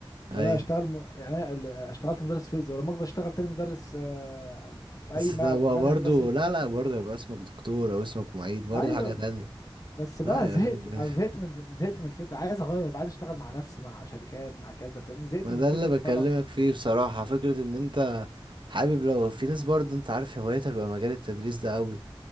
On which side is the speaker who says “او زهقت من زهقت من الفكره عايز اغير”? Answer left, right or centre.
Left